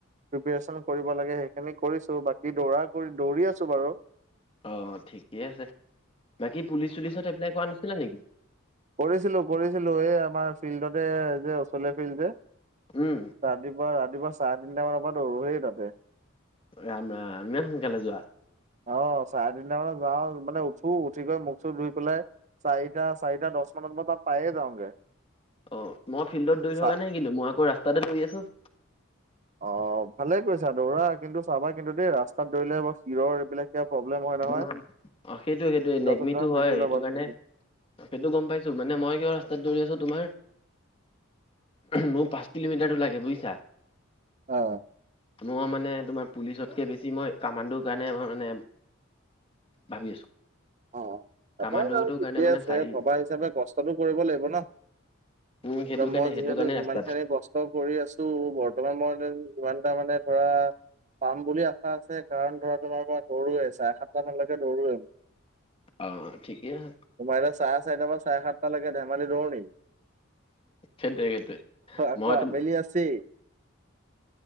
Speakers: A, on the right; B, on the left.
A: প্ৰেপাৰেচন কৰিব লাগে, সেইখিনি কৰিছোঁ। বাকী দৌৰা কৰি, দৌৰি আছোঁ বাৰু।
B: অ', ' ঠিকে আছে, বাকী পুলিচ-চুলিচত এপ্লাই কৰা নাছিলা নেকি?
A: কৰিছিলোঁ, কৰিছিলোঁ এই আমাৰ ফিল্ডতে, যে অচলীয় ফিল্ড যে।
B: উম।
A: ৰাতিপুৱা, ৰাতিপুৱা চাৰে তিনিটামানৰ পৰা দৌৰোঁ হে তাতে।
B: ৰাম, ৰাম ইমান সোনকালে যোৱা।
A: অ', চাৰে তিনিটা মানত যাওঁ মানে উঠো। উঠি গৈ মুখ-চোখ ধুই পেলাই, চাৰিটা, চাৰিটা-দহ মানত মই তাত পায়ে যাওঁগে।
B: অ', মই ফিল্ডত দৌৰি
A: চা
B: থকা নাই কিন্তু, মই আকৌ ৰাস্তাতে দৌৰি আছোঁ।
A: অ', ভালে কৈছা দৌৰা, কিন্তু চাবা কিন্তু, দেই ৰাস্তাত দৌৰিলে শিৰৰ এইবিলাক কিবা প্ৰব্লেম হয়,
B: অ
A: নহয়।
B: সেইটো সেইটোৱে
A: জোতা-চোতা
B: নেগমিটো হয়
A: পিন্ধি
B: সেইটো
A: ল'বা
B: কাৰণে
A: তেনেকে।
B: সেইটো গ'ম পাইছো মানে মই কিয় ৰাস্তাত দৌৰি আছো তোমাৰ মোৰ পাঁচ কিলোমিটাৰটো লাগে বুজিছা।
A: অ',
B: মই মানে তোমাৰ পুলিচতকৈ বেছি মই কামাণ্ডৰ কাৰণে মই মানে ভাবি আছো।
A: অ', চাবা
B: কামাণ্ডোৰটোৰ
A: আৰু ঠিকে
B: কাৰণে মানে
A: আছে
B: চাৰি
A: ভবা হিচাপে কষ্টটো কৰিব লাগিব ন'।
B: উম সেইটো
A: এয়া
B: কাৰণে
A: মই
B: সেইটো
A: যিহেতু
B: কাৰণে
A: যিমান
B: ৰাস্তাত
A: খিনি কষ্ট কৰি আছো বৰ্তমান মই টিমানটা মানে ধৰা পাম বুলি আশা আছে, কাৰণ ধৰা তোমাৰ পৰা দৌৰোৱে চাৰে সাতটা মানলৈকে দৌৰোৱে।
B: অঁ' ঠিকেই আছে।
A: তোমাৰ এতিয়া চাৰে চাৰিটা পৰা চাৰে সাতটা লৈকে ধেমালি দৌৰো নেকী?
B: সেইটোৱে সেইটোৱে।
A: আকৌ
B: মই তো
A: আবেলি আছেই।